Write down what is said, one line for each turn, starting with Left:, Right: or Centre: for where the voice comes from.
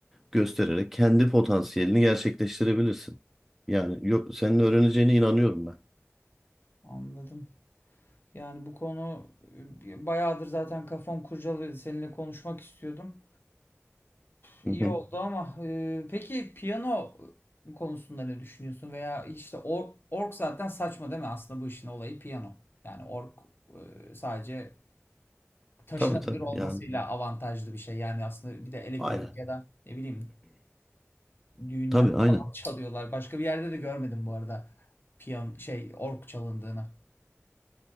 Centre: göstererek kendi potansiyelini gerçekleştirebilirsin. Yani yok senin öğreneceğine inanıyorum ben.
Left: Anladım. Yani bu konu e, bayağıdır zaten kafam kurcalıyordu. Seninle konuşmak istiyordum. İyi
Centre: Hı hı.
Left: oldu ama e, peki piyano konusunda ne düşünüyorsun? Veya işte org, org zaten saçma değil mi? Aslında bu işin olayı piyano. Yani org e, sadece taşınabilir
Centre: Tabii tabii
Left: olmasıyla
Centre: yani.
Left: avantajlı bir şey. Yani aslında bir de elektronik
Centre: Aynen.
Left: ya da ne bileyim Düğünlerde
Centre: Tabii
Left: falan
Centre: aynen.
Left: <laughs> çalıyorlar. Başka bir yerde de görmedim bu arada. Piyan şey org çalındığını.